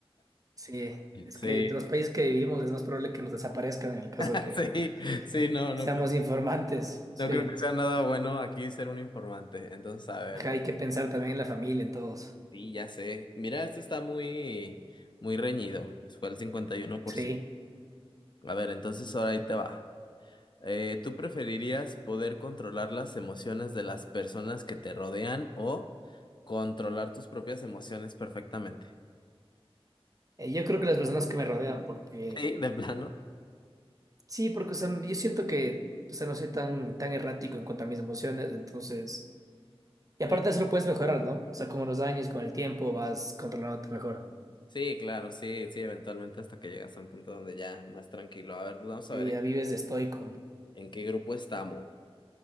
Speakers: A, on the right; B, on the left.
A: Sí, es
B: Sí,
A: que de los países que vivimos es más probable que nos desaparezcan en el caso
B: <laughs>
A: de que
B: sí, sí, no,
A: seamos
B: no creo,
A: informantes. Sí,
B: no creo que sea nada bueno aquí ser un informante. Entonces, a ver,
A: ajá,
B: lo-
A: hay que pensar también en la familia, en todos.
B: sí, ya sé. Mira, este está muy, muy reñido. Fue el 51%.
A: Sí,
B: A ver, entonces ahora ahí te va. Eh, ¿tú preferirías poder controlar las emociones de las personas que te rodean o controlar tus propias emociones perfectamente? <laughs>
A: Eh, yo creo que las personas que me rodean, porque
B: Sí, de plano.
A: sí, porque o sea, yo siento que o sea, no soy tan, tan errático en cuanto a mis emociones, entonces, y aparte
B: Sí,
A: eso lo puedes mejorar, ¿no? O sea, con los años, con el tiempo, vas controlándote mejor
B: Sí, claro, sí, sí, eventualmente hasta que llegas a un punto donde ya más tranquilo. A ver, vamos
A: y
B: a ver en,
A: ya vives de estoico.
B: en qué grupo estamos.